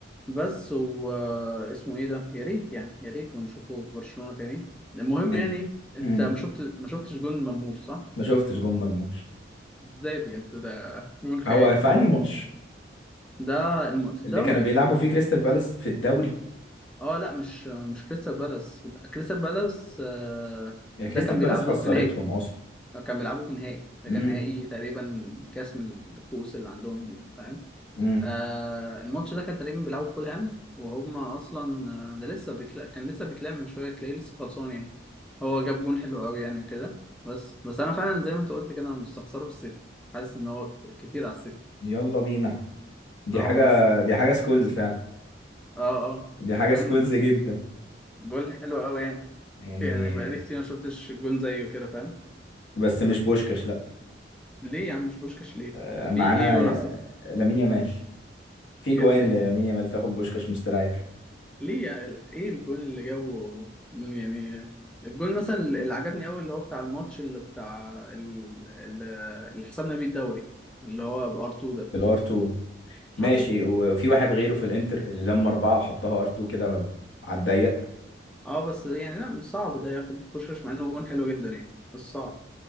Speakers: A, in the centre; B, on the left (about 80°).
A: بس و اسمه ايه ده يا ريت يعني يا ريت ونشوفه في برشلونة تاني المهم
B: أنت-
A: يعني انت
B: امم
A: ما شفت ما شفتش جون مرموش صح
B: ما شفتش جون مرموش
A: ازاي بجد ده جون خيالي
B: هو في انهي ماتش
A: ده الم... في الدوري
B: اللي كانوا بيلعبوا
A: ما
B: فيه كريستال بالاس في الدوري
A: اه لا مش مش كريستال بالاس كريستال بالاس آه،
B: يا
A: ده
B: كريستال
A: كان بيلعبوه
B: بالاس خسرتهم
A: في نهائي
B: اصلا
A: كان بيلعبوا في نهائي ده
B: امم
A: كان نهائي تقريبا كاس من الكؤوس اللي عندهم دي فاهم
B: امم
A: آه الماتش ده كان تقريبا بيلعبوا في فولهام وهم اصلا آه، ده لسه بيكلا كان لسه بيكلام من شويه تلاقيه لسه خلصان يعني هو جاب جون حلو قوي يعني وكده بس بس انا فعلا زي ما انت قلت كده انا مستخسره في السيتي حاسس ان هو كتير على السيتي
B: يلا بينا دي
A: اه
B: حاجه
A: بس
B: دي حاجه سكولز فعلا
A: اه اه
B: دي حاجه
A: الجون
B: سكولز جدا
A: جول حلو قوي يعني
B: يعني
A: يعني بقالي كتير ما شفتش جون زيه كده فاهم
B: بس مش بوشكاش لا
A: ليه يا عم مش بوشكاش ليه
B: آه، معانا
A: في ايه جون
B: يا- لامين يامال في جوان
A: احسن
B: للامين يامال تاخد بوشكاش مستريح
A: ليه يعني ايه الجون اللي جابه يعني الجون مثلا اللي عجبني قوي اللي هو بتاع الماتش اللي بتاع ال- ال- اللي حسبنا بيه الدوري اللي هو بار 2 ده
B: في الار 2
A: حاطط
B: ماشي و- وفي واحد غيره في الانتر اللي لما اربعه وحطها ار 2 كده على الضيق
A: اه بس يعني لا مش صعب ده ياخد بوشش مع انه جون حلو جدا يعني بس صعب